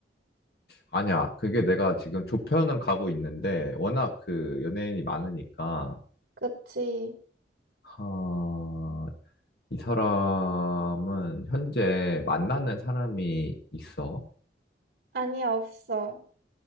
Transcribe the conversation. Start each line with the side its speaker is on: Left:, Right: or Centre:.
Left: 아니야. 그게 내가 지금 조편은 가고 있는데, 워낙 그 연예인이 많으니까,
Right: 그치.
Left: 하, 이 사람은 현재 만나는 사람이 있어.
Right: 아니, 없어.